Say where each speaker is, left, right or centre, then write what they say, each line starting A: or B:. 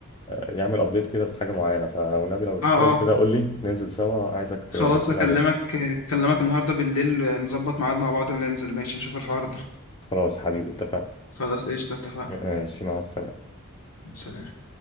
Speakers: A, on the left; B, on the left.
A: يعمل ابديت كده في حاجه معينه فالنبي لو
B: اه
A: فاضي
B: اه
A: كده قول لي ننزل سوا عايزك تبص
B: خلاص أكلمك
A: لي عليه
B: أكلمك النهاردة بالليل نظبط ميعاد مع بعض وننزل ماشي نشوف الحوار ده
A: خلاص حبيبي اتفقنا
B: خلاص قشطة اتفقنا
A: ماشي مع السلامه
B: سلام